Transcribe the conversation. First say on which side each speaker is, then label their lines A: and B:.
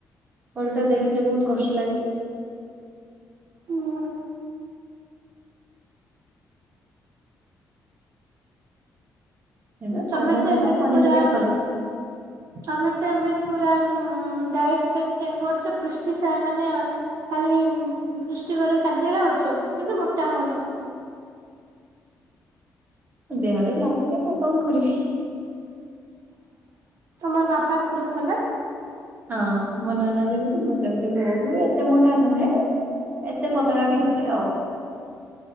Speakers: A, on the right; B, on the right.
A: ଓଲଟା ଦେଖିଲେ ବହୁତ କଷ୍ଟ ଲାଗେ।
B: ହୁଁ ହୁଁ।
A: ହେଲେ ସାଧା
B: ତମେ ତ
A: ସିଧା
B: ଏମିତି
A: ପନିପରିବା
B: ପୁରା
A: ଭଲ।
B: ତମେ ତ ଏବେ ପୂରା ଡାଏଟ ମେଣ୍ଟେନ କରୁଛ ପୃଷ୍ଟି ସାର ମାନେ ଖାଲି ପୃଷ୍ଟିକର ଖାଦ୍ୟ ଖାଉଛ, କିନ୍ତୁ ମୋଟା ହଉନି।
A: ଦେହରେ ଲାଗୁନି ମୁଁ କଣ କରିବି!
B: <inaudible> ତମର ବାପାଙ୍କ ରୂପ ନା।
A: ହଁ, ମୋ ନନା ଯେମିତି ମୁଁ ସେମିତି। ବୋଉ ବି ଏତେ ମୋଟା ନୁହେଁ।
B: ନା?
A: ଏତେ ପତଳା ବି ନୁହେଁ ଆଉ।